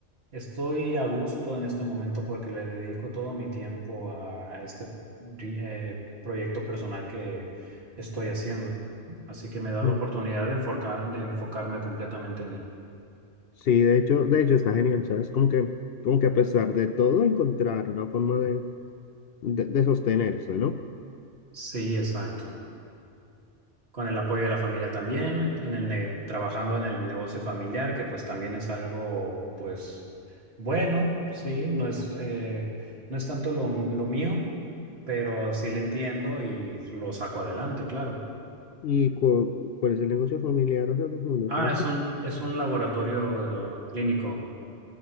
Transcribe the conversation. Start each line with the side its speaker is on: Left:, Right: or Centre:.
Right: estoy a gusto en este momento porque le dedico todo mi tiempo a este ri- eh, proyecto personal que estoy haciendo. Así que me da
Left: Mm.
Right: la oportunidad de enforca- de enfocarme completamente en él.
Left: Sí, de hecho, de hecho está genial, ¿sabes? Como que, como que a pesar de todo, encontrar una forma de, de, de sostenerse, ¿no?
Right: Sí, exacto. Con el apoyo de la familia también, en el ne- trabajando en el negocio familiar, que pues también es algo, pues, bueno, sí, no es, eh, no es tanto lo, lo mío, pero sí le entiendo y lo saco adelante, claro.
Left: ¿Y cu- cuál es el negocio familiar? O sea, tu familia,
Right: Ah,
Left: ¿qué hace?
Right: es un, es un laboratorio eh, clínico.